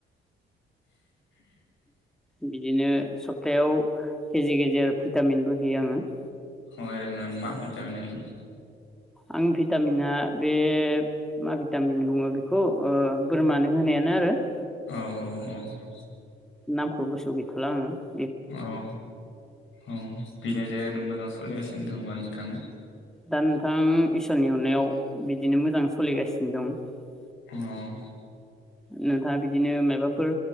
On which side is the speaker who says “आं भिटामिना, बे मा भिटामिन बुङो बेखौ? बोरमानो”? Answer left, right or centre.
Centre